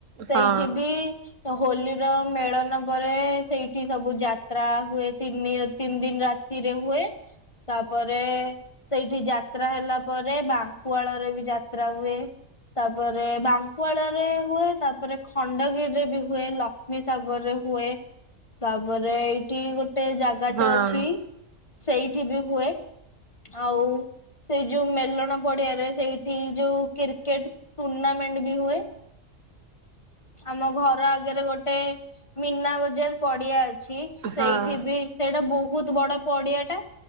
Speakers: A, on the left; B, on the right.
A: ସେଇଠି
B: ହଁ
A: ବି ହୋଲିର ମେଳଣ ପରେ ସେଇଠି ସବୁ ଯାତ୍ରା ହୁଏ ତିନି ତିନ୍ ଦିନ୍ ରା ତିରେ ହୁଏ ତାପରେ ସେଇଠି ଯାତ୍ରା ହେଲା ପରେ ବାଙ୍କୁଆଳରେ ବି ଯାତ୍ରା ହୁଏ। ତାପରେ ବାଙ୍କୁଆଳରେ ହୁଏ ତାପରେ ଖଣ୍ଡଗିରିରେ ବି ହୁଏ ଲ କ୍ଷ୍ମୀ ସାଗରେ ହୁଏ ତାପରେ ଏଇଠି ଗୁ ଟେ ଜାଗାଟେ
B: ହଁ
A: ଅଛି ସେଇଠି ବି ହୁଏ। ଆଉ ସେଇ ଯୋଉ ମେଲ୍ ଣ ପଡିଆରେ ସେଇଠି ଯୋଉ କିର୍କେଟ ଟୁର୍ଣ୍ଣାମେଣ୍ଟ ବି ହୁଏ। ଆମ ଘର ଆଗରେ ଗୋଟେ ମୀନା ବଜାର୍ ପଡିଆ ଅଛି ସେଇଠି
B: ହଁ।
A: ବି ସେଇଟା ବହୁତ୍ ବଡ ପଡିଆଟା